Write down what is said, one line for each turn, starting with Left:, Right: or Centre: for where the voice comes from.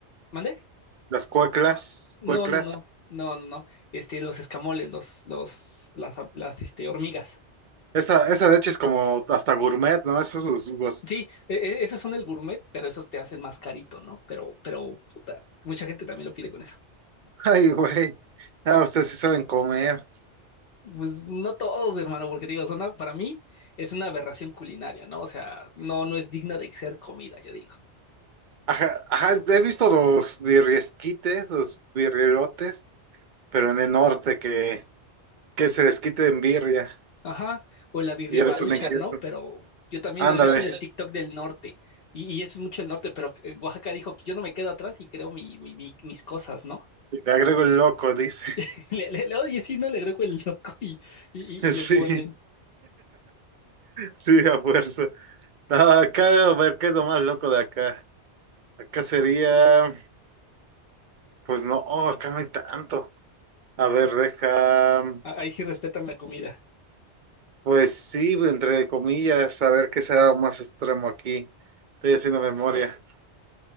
Left: ¿mande?
Right: las cueclas, cueclas.
Left: No, no, no, no, no, no, este, los escamoles, los, los, las, las, este, hormigas.
Right: Esa, esa de hecho es como hasta gourmet, ¿no? Esos los jugos.
Left: Sí, e- e- esos son el gourmet, pero esos te hacen más carito, ¿no? Pero, pero, puta, mucha gente también lo pide con eso.
Right: <laughs> Ay, güey. Ah, ustedes sí saben comer.
Left: Pues no todos, hermano, porque te digo, son una- para mí es una aberración culinaria, ¿no? O sea, no, no es digna de ser comida, yo digo.
Right: Ajá, ajá, he visto los birriesquites, los birrielotes, pero en el norte que, que se les quite en birria
Left: Ajá, o la birria
Right: y ya
Left: maruchan,
Right: le ponen queso.
Left: ¿no? Pero yo también
Right: Ándale,
Left: lo he visto del TikTok del norte, y, y eso es mucho el norte, pero eh, Oaxaca dijo, pues yo no me quedo atrás y creo mi, mi- mi- mis cosas, ¿no?
Right: le agrego el loco, dice.
Left: <laughs> Le, le, le- oye, sí, no le agrego el loco y, y, y-
Right: <laughs>
Left: y le
Right: Sí.
Left: ponen,
Right: Sí, a fuerza. No, acá, a ver, ¿qué es lo más loco de acá? Acá sería, pues no, acá no hay tanto. A ver, deja,
Left: a- ahí sí respetan la comida.
Right: pues sí, entre comillas, a ver qué será lo más extremo aquí. Estoy haciendo memoria.